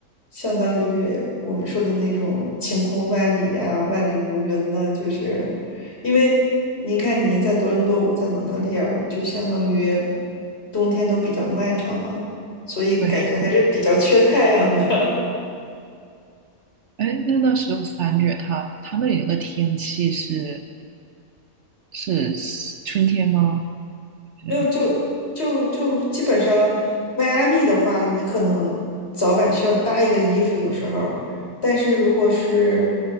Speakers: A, on the left; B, on the right.
A: 相当于我们说的那种晴空万里呀、万里无云呢，就是因为您看您在多伦多，我在蒙特利尔，就相当于冬天都比较漫长嘛，所以感觉还是比较缺太阳的。
B: 对，
A: <laughs>
B: 哎，那那时候三月它，它那里那个天气是是春天吗？是，
A: 没有，就就就基本上，迈阿密的话，你可能早晚需要搭一个衣服，有时候儿但是如果是，